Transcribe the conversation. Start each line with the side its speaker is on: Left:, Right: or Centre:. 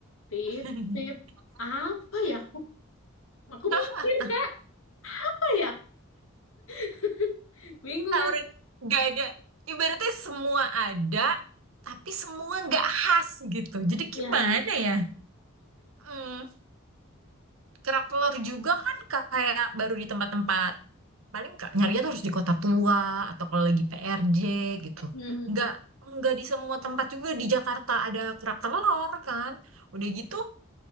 Left: Titip
Right: <laughs>
Left: apa ya? Aku, aku
Right: Nah,
Left: mikir kak, apa ya? <laughs> Bingung aku.
Right: Orang nggak ada. Ibaratnya semua ada, tapi semua nggak khas gitu. Jadi
Left: Ya.
Right: gimana ya? Hmm, kerak telur juga kan kayak baru di tempat-tempat paling ka- nyarinya tuh harus di kota tua atau kalau lagi PRJ gitu.
Left: Mhm.
Right: Nggak nggak di semua tempat juga di Jakarta ada kerak telur kan. Udah gitu